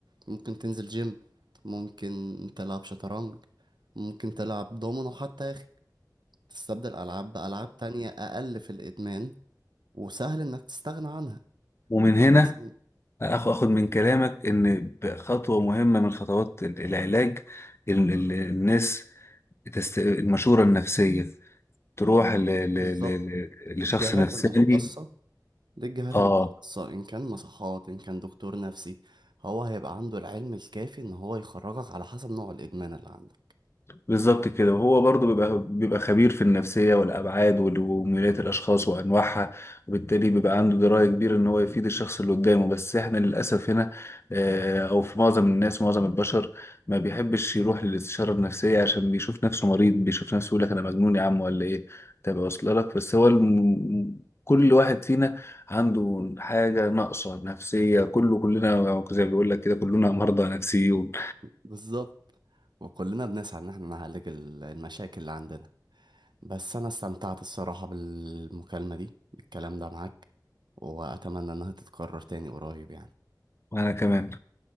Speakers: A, on the right (about 80°); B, on the left (about 35°).
A: ممكن تنزل جيم ممكن تلعب شطرنج ممكن تلعب دومينو حتى يا اخي تستبدل العاب بالعاب تانية اقل في الادمان وسهل انك تستغنى عنها
B: ومن هنا
A: مثلاً
B: اخ- اخد من كلامك ان خطوه مهمه من خطوات ال- العلاج ال- ال- الناس تست... المشوره النفسيه تروح ل... ل... ل...
A: بالظبط
B: ل-
A: للجهات
B: لشخص نفساني
A: المختصة للجهات
B: اه
A: المختصة إن كان مصحات إن كان دكتور نفسي هو هيبقى عنده العلم الكافي إن هو يخرجك على حسب نوع الإدمان اللي عندك
B: بالظبط كده وهو برضو بيبقى بيبقى خبير في النفسية والأبعاد وال- وميولات الأشخاص وأنواعها وبالتالي بيبقى عنده دراية كبيرة إن هو يفيد الشخص اللي قدامه بس إحنا للأسف هنا آه، أو في معظم الناس معظم البشر ما بيحبش يروح للاستشارة النفسية عشان بيشوف نفسه مريض بيشوف نفسه يقول لك أنا مجنون يا عم ولا إيه تبقى واصلة لك بس هو الم... كل واحد فينا عنده حاجة ناقصة نفسية كله كلنا زي ما بيقول لك كده كلنا مرضى نفسيون
A: بالظبط وكلنا بنسعى ان احنا نعالج ال- المشاكل اللي عندنا بس انا استمتعت الصراحة بالمكالمة دي بالكلام ده معاك واتمنى انها تتكرر تاني قريب يعني
B: وأنا كمان